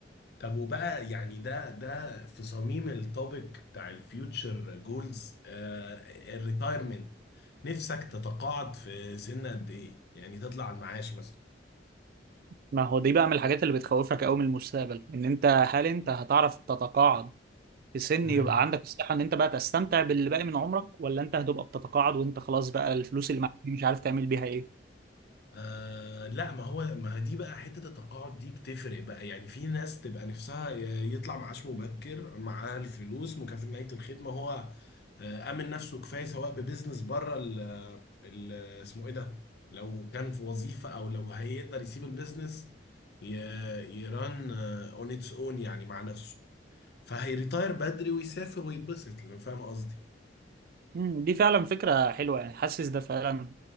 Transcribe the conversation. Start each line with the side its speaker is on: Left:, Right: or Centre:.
Left: طب وبقى يعني ده ده في صميم التوبيك بتاع الفيوتشر جولز الريتايرمنت نفسك تتقاعد في سن قد ايه يعني تطلع على المعاش مثلا
Right: ما هو دي بقى من الحاجات اللي بتخوفك قوي من المستقبل ان انت هل انت هتعرف تتقاعد في سن
Left: <laughs>
Right: يبقى عندك الصحة ان انت بقى تستمتع باللي باقي من عمرك ولا انت هتبقى بتتقاعد وانت خلاص بقى الفلوس اللي معاك دي مش عارف تعمل بيها ايه
Left: آه لا ما هو ما دي بقى حتة التقاعد دي بتفرق بقى يعني في ناس تبقى نفسها يطلع معاش مبكر معاه الفلوس مكافأة نهاية الخدمة هو آه أمن نفسه كفاية سواء ببزنس بره ال ال- اسمه إيه ده لو كان في وظيفة أو لو هيقدر يسيب البزنس ي- يران اون اتس اون يعني مع نفسه فهيريتاير بدري ويسافر ويتبسط لو فاهم قصدي
Right: امم دي فعلا فكرة حلوة يعني حاسس ده فعلا